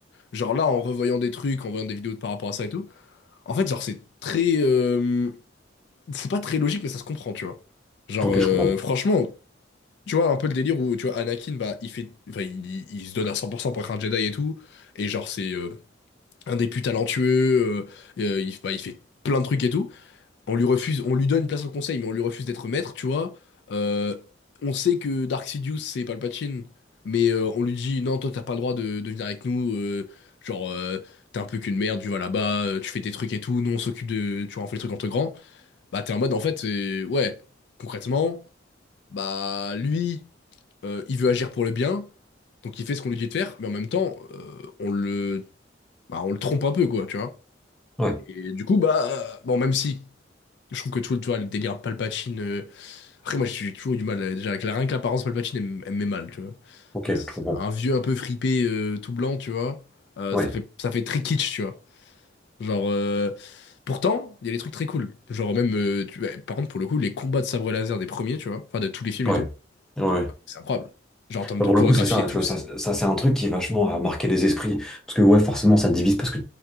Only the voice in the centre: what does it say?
Ok,
je comprends.
Ouais,
ok,
je
comprends.
Ouais,
ouais,
ouais.
Bah,
pour
le coup, c'est ça,
tu vois,
ça, ça c'est un truc qui vachement a marqué les esprits. Parce que ouais, forcément, ça divise parce que,